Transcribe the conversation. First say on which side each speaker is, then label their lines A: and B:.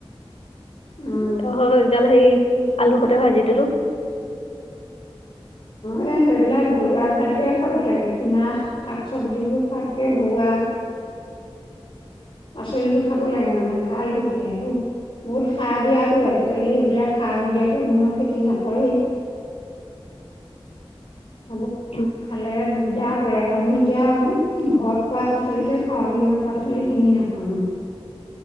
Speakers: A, on the left; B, on the left.
A: উম
B: সেই গিডাল আলু সতে ভাজি দিলো।
A: অ' সেইবিলাক ঘৰুৱা খাদ্যই খাব লাগে কিনা শাক চবজিবোৰ খোৱাতকে ঘৰুৱা।
B: <inaudible>
A: পাচলিটো খাব লাগে মানে ভাল ঢেঁকীয়াতো। বহুত সাৰ দিয়াতো আজিকালি এইবিলাক সাৰ নিদিয়াকে কোনেও খেতি নকৰে। হ'ব
B: অ
A: খালে দিগদাৰ কৰে আমি এতিয়া ঘৰত কৰা পাছলিকে খাও আমি। ইমান পাচলি কিনি নাখাও মানে।